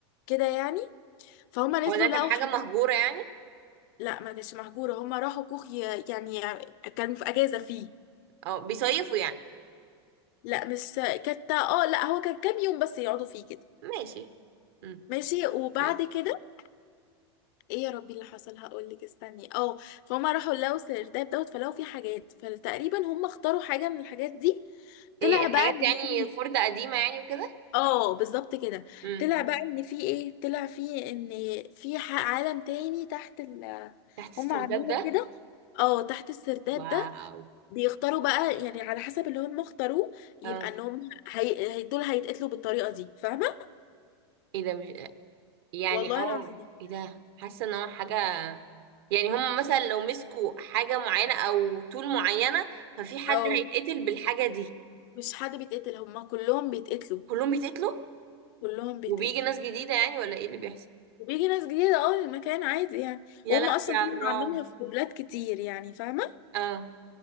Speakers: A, on the left; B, on the right.
A: كده يعني فهما نزلوا
B: هو ده كان
A: لقوا
B: حاجه
A: ح...
B: مهجوره يعني
A: لا ما كانتش مهجوره هما راحوا كوخ ي... يعني كانوا في اجازه فيه
B: اه بيصيفوا يعني
A: لا مش كانت اه لا هو كان كام يوم بس يقعدوا فيه كده
B: ماشي امم.
A: ماشي وبعد
B: ماشي
A: كده ايه يا ربي اللي حصل هقولك استني اه فهم راحوا لقوا السرداب دوت فلقوا فيه حاجات فتقريبا هم اختاروا حاجة من الحاجات دي طلع
B: ايه حاجات
A: بقى ان
B: يعني
A: في
B: خردة قديمة يعني وكده
A: اه بالظبط كده
B: امم
A: طلع بقى ان في ايه طلع في ان في ح- عالم تاني تحت ال
B: تحت السرداب
A: هم عاملينه
B: ده
A: كده اه تحت السرداب
B: واو
A: ده بيختاروا بقى يعني على حسب اللي هم اختاروه يبقى
B: اه
A: ان هم هي... هي- دول هيتقتلوا بالطريقة دي فاهمة
B: ايه ده مش يعني
A: والله
B: اه
A: العظيم
B: ايه ده حاسة ان هو حاجة يعني هم مثلا لو مسكوا حاجة معينة او طول معينة ففي حد
A: اه
B: هيتقتل بالحاجة دي
A: مش حد بيتقتل هم كلهم بيتقتلوا
B: كلهم بيتقتلوا
A: كلهم بيتقتلوا
B: وبيجي ناس جديدة يعني ولا ايه اللي بيحصل
A: وبيجي ناس جديدة اه المكان عادي يعني
B: يا
A: وهم
B: لهوي
A: اصلا
B: على
A: طلعوا
B: الرعب
A: عاملينها في بلاد كتير يعني فاهمة
B: اه